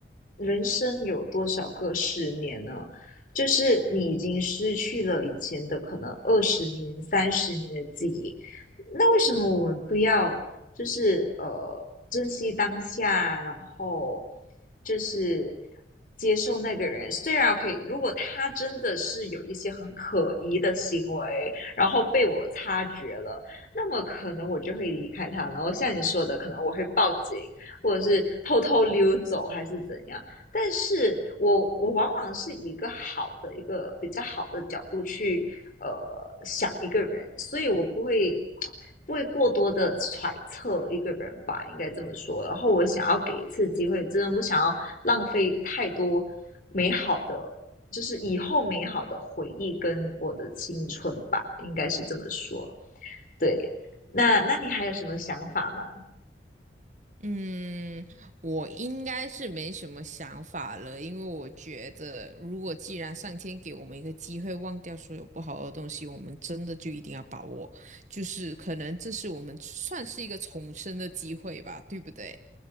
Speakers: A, on the left; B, on the right.
A: 人生有多少个十年呢？就是你已经失去了以前的可能二十年、三十年的记忆，那为什么我们不要就是呃珍惜当下，然后就是接受那个人。虽然可以，如果他真的是有一些很可疑的行为，然后被我察觉了，那么可能我就会离开他。然后像你说的，可能我会报警，或者是偷偷溜走，还是怎样。但是我我往往是以一个好的一个比较好的角度去呃想一个人，所以我不会不会过多的揣测一个人吧，应该这么说。然后我想要给一次机会，真的不想要浪费太多美好的，就是以后美好的回忆跟我的青春吧，应该是这么说。对，那那你还有什么想法吗？
B: 嗯，我应该是没什么想法了，因为我觉得，如果既然上天给我们一个机会，忘掉所有不好的东西，我们真的就一定要把握。就是可能这是我们算是一个重生的机会吧，对不对？